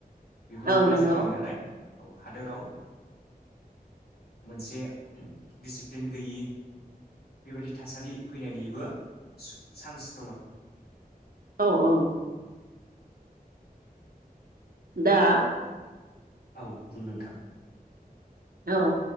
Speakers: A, on the left; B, on the right.
A: बेफोरबायदि
B: औ नंगौ
A: जाहै नालाय। औ हादोराव मोनसे दिसिप्लिन गैयि बेबायदि थासारि फैनायनिबो चान्स
B: औ औ।
A: औ।
B: दा।
A: औ बुं नोंथां।
B: औ